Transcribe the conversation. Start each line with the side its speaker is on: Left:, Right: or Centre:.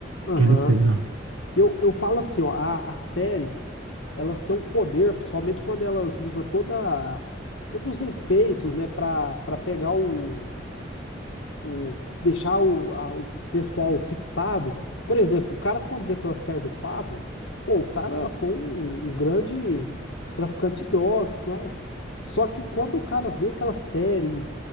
Left: aham.
Right: aquele ser, ó.
Left: Eu, eu falo assim, ó, a, a série, elas têm um poder, principalmente quando elas usam toda, todos os efeitos, né, pra, pra pegar o o deixar o, a- o pessoal fixado. Por exemplo, o cara quando vê aquela série do Pablo, pô, o cara foi um, um grande traficante de drogas, não é? Só que quando o cara vê aquela série,